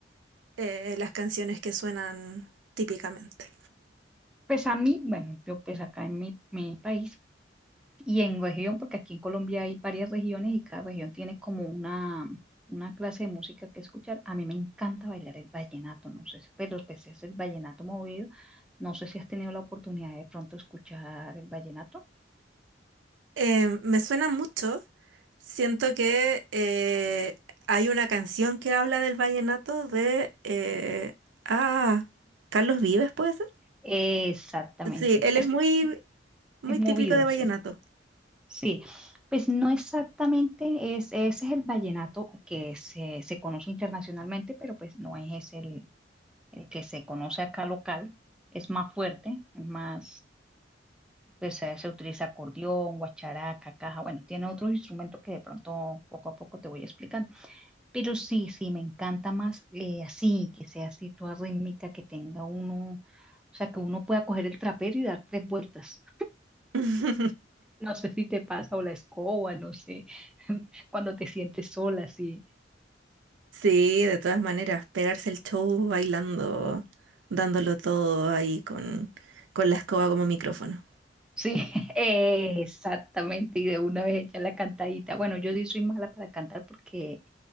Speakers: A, on the right (about 85°); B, in the centre.
A: eh, las canciones que suenan típicamente.
B: Pues a mí, bueno, yo pues acá en mi, mi país y en región, porque aquí en Colombia hay varias regiones y cada región tiene como una, una clase de música que escuchar. A mí me encanta bailar el vallenato, no sé si, pero pues es el vallenato movido. No sé si has tenido la oportunidad de pronto escuchar el vallenato.
A: Eh, me suena mucho, siento que eh, hay una canción que habla del vallenato de... eh, ah, Carlos Vives, ¿puede ser?
B: Exactamente.
A: Sí, él es muy, muy
B: Es
A: típico
B: movidas,
A: de vallenato.
B: sí. Pues no exactamente, es, ese es el vallenato que se, se conoce internacionalmente, pero pues no es ese el, el que se conoce acá local. Es más fuerte, es más, pues se, se utiliza acordeón, guacharaca, caja, bueno, tiene otros instrumentos que de pronto poco a poco te voy explicando. Pero sí, sí, me encanta más eh, así, que sea así toda rítmica, que tenga uno, o sea, que uno pueda coger el trapero y dar tres vueltas.
A: <laughs>
B: No sé si te pasa o la escoba, no sé, <laughs> cuando te sientes sola, sí.
A: Sí, de todas maneras, pegarse el show bailando, dándolo todo ahí con, con la escoba como micrófono.
B: Sí, <laughs> eh, exactamente, y de una vez echar la cantadita. Bueno, yo sí soy mala para cantar porque